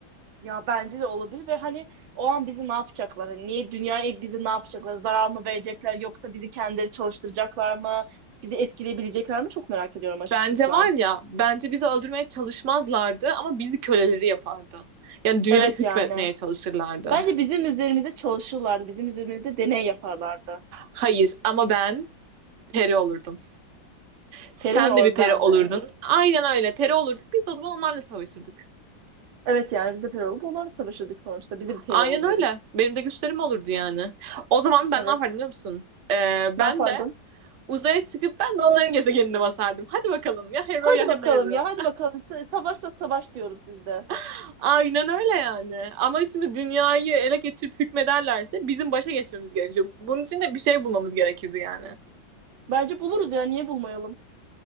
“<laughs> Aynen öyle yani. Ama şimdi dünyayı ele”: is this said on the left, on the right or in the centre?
Right